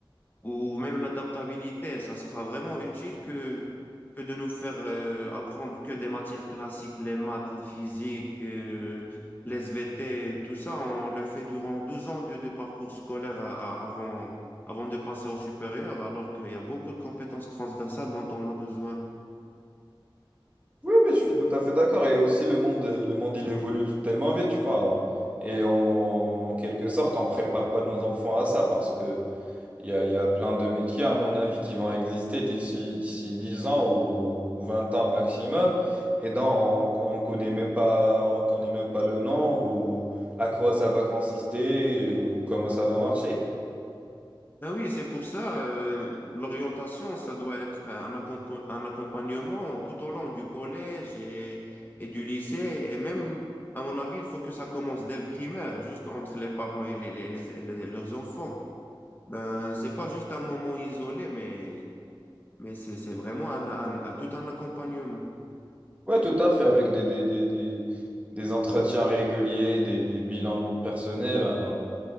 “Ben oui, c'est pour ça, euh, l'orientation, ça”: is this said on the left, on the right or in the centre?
Left